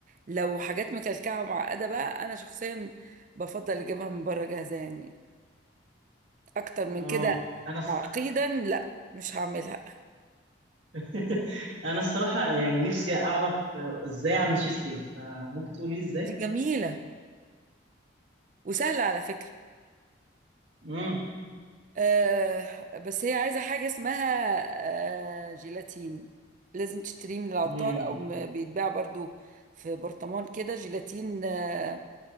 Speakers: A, on the right; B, on the right.
A: لو حاجات مكلكعة ومعقدة بقى أنا شخصيا بفضل أجيبها من بره جاهزة يعني أكتر من
B: اه
A: كده
B: انا الص-
A: تعقيدا لا مش هعملها
B: <laughs> انا الصراحه يعني نفسي اعرف آه، ازاي اعمل تشيز كيك فممكن تقولي لي ازاي
A: دي جميلة وسهلة على فكرة
B: امم
A: أه بس هي عايزة حاجة اسمها أه جيلاتين لازم تشتريه من العطار
B: امم
A: أو م- بيتباع برضو في برطمان كده جيلاتين آه